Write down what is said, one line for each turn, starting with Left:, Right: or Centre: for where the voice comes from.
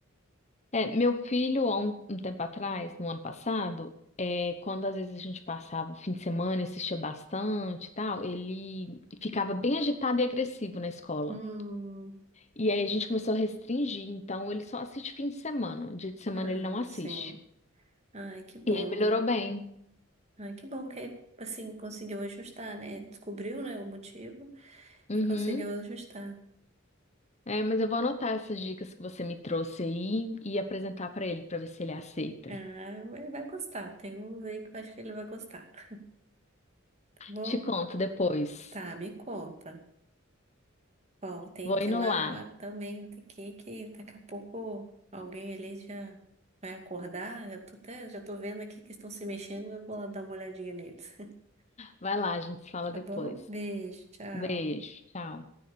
Left: É, meu filho, há um, um tempo atrás, no ano passado, é, quando às vezes a gente passava o fim de semana e assistia bastante e tal, ele ficava bem agitado e agressivo na escola.
Right: Hum,
Left: E aí a gente começou a restringir, então ele só assiste fim de semana. Dia de semana
Right: ah,
Left: ele não assiste.
Right: sim. Ai, que bom,
Left: E aí melhorou
Right: né?
Left: bem.
Right: Ah, que bom que, assim, conseguiu ajustar, né? Descobriu, né, o motivo
Left: Uhum.
Right: e conseguiu ajustar.
Left: É, mas eu vou anotar essas dicas que você me trouxe aí e apresentar pra ele pra ver se ele aceita.
Right: Ah, ele vai gostar. Tem um aí que eu acho que ele vai gostar. Tá bom?
Left: Te conto depois.
Right: Tá, me conta. Bom, tem
Left: Vou
Right: que
Left: indo
Right: ir lá
Left: lá.
Right: agora também. Tem que ir, que daqui a pouco alguém ali já vai acordar. Já tô até, já tô vendo aqui que estão se mexendo. Eu vou lá dar uma olhadinha neles. <laughs>
Left: Vai lá, a gente se fala
Right: Tá
Left: depois.
Right: bom? Beijo, tchau.
Left: Beijo, tchau.